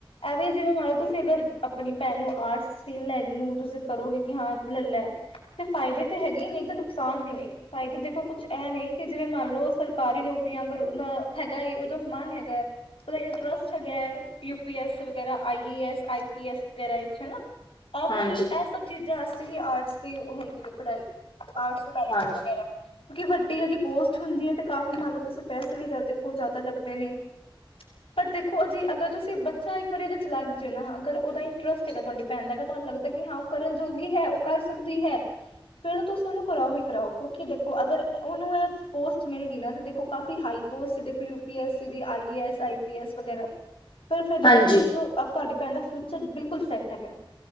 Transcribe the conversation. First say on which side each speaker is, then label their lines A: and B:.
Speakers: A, on the left (about 75°); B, on the left (about 55°).
A: ਐਵੇਂ ਜਿਵੇਂ ਮੰਨ ਲਓ ਤੁਸੀਂ ਅਗਰ ਆਪਣੀ ਭੈਣ ਨੂੰ ਆਰਟਸ ਸੀ ਲੈ ਨੂੰ ਤੁਸੀਂ ਕਰੋਗੇ ਕਿ ਹਾਂ ਲੈ ਲੈ ਐ ਤੇ ਫਾਇਦੇ ਤੇ ਹੈਗੇ ਨੇ ਤੇ ਨੁਕਸਾਨ ਵੀ ਨੇ ਫਾਏਦੇ ਦੇਖੋ ਕੁਛ ਐ ਨੇ, ਕਿ ਜਿਵੇਂ ਮੰਨ ਲਓ। ਸਰਕਾਰੀ ਨੌਕਰੀਆਂ ਅਗਰ ਹੁਨ ਹੈਗਾ ਏ, ਉਦਾ ਮਨ ਹੈਗਾ। ਓਦਾ ਇੰਟਰਸਟ ਹੈਗਾ, ਯੂ ਪੀ ਐਸ ਵਗੈਰਾ, ਆਈ A S I P S ਵਗੈਰਾ ਵਿੱਚ ਹਨਾ। ਆ, ਕਿਉਂਕਿ
B: ਹਾਂਜੀ
A: ਐ ਸਭ ਚੀਜ਼ਾਂ ਅਸਲੀ ਆਰਟਸ ਦੀ ਹੁੰਦੀ ਏ ਪੜ੍ਹਾਈ ਆਰਟਸ ਪੋਲਾਈਟ
B: ਹਾਂਜੀ
A: ਵਗੈਰਾ ਕਿਉਂਕਿ ਵੱਡੀ ਓਦੀ ਪੋਸਟ ਹੁੰਦੀ ਏ, ਤੇ ਕਾਫੀ ਮੰਨ ਲਓ, ਤੁਸੀਂ ਪੈਸੇ ਵੀ ਆ ਦੇਖੋ ਜੇਆਦਾ ਲੱਗਦੇ ਨੇ। ਪਰ ਦੇਖੋ ਅ ਜੇ ਅਗਰ ਤੁਸੀਂ ਬੱਚਾ ਏਕ ਵਾਰੀ ਇਦੇ ਚ ਲਗ ਜੇ ਨਾ, ਅਗਰ ਉਦਾ ਇੰਟਰਸਟ ਹੈਗਾ ਤੁਹਾਡੀ ਭੈਣ ਦਾ ਅਗਰ ਤੁਹਾਨੂੰ ਲੱਗਦਾ ਕਿ ਹਾਂ ਉਹ ਕਰਨ ਜੋਗੀ ਹੈ, ਉਹ ਕਰ ਸਕਦੀ ਹੈ। ਫੇਰ ਤੁਸੀ ਉਨੂੰ ਕਰਾਓ ਹੀ ਕਰਾਓ। ਕਿਉਂਕਿ ਦੇਖੋ ਅਗਰ ਉਨੂੰ ਏ ਪੋਸਟ ਮਿਲ ਗਈ ਨਾ, ਤੇ ਦੇਖੋ ਕਾਫੀ ਹਾਈ ਪੋਸਟ ਦੇਖੋ ਯੂ ਪੀ ਐੱਸ ਸੀ ਦੀ, I A S, I P S ਵਗੈਰਾ
B: <inaudible>
A: ਤੇ ਫੇਰ ਦੇਖੋ,
B: ਹਾਂਜੀ
A: ਫਿਊਚਰ ਤੁਹਾਡੀ ਭੈਣ ਦਾ ਫਿਊਚਰ ਬਿਲਕੁਲ ਸੈੱਟ ਹੈਗਾ।